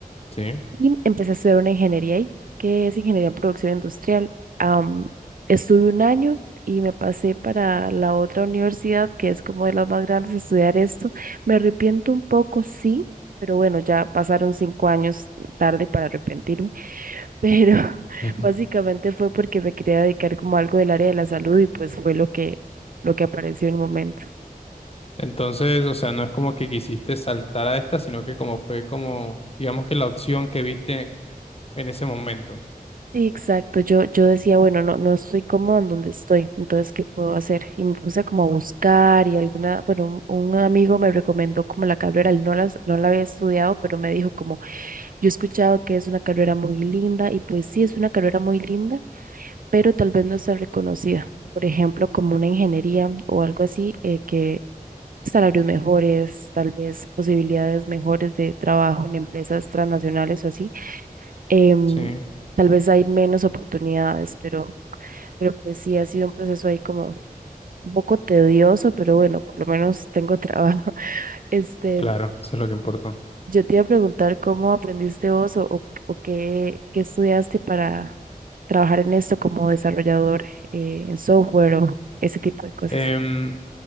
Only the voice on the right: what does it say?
Y empecé a estudiar una ingeniería ahí, que es ingeniería en producción industrial. Am, estuve un año y me pasé para la otra universidad, que es como de las más grandes, a estudiar esto. Me arrepiento un poco, sí, pero bueno, ya pasaron cinco años tarde para arrepentirme. Pero <laughs>
básicamente fue porque me quería dedicar como a algo del área de la salud y pues fue lo que, lo que apareció en el momento.
Sí, exacto. Yo, yo decía, bueno, no, no estoy cómoda en donde estoy, entonces, ¿qué puedo hacer? Y me puse como a buscar y alguna, bueno, un, un amigo me recomendó como la carrera, él no la, no la había estudiado, pero me dijo como, yo he escuchado que es una carrera muy linda y pues sí, es una carrera muy linda, pero tal vez no está reconocida. Por ejemplo, como una ingeniería o algo así, eh, que salarios mejores, tal vez posibilidades mejores de trabajo en empresas transnacionales o así em,
tal vez hay menos oportunidades, pero, pero pues sí ha sido un proceso ahí como un poco tedioso, pero bueno, por lo menos tengo trabajo. <laughs> Este,
yo te iba a preguntar cómo aprendiste vos o, o- o qué, qué estudiaste para trabajar en esto como desarrollador eh, en software o ese tipo de cosas.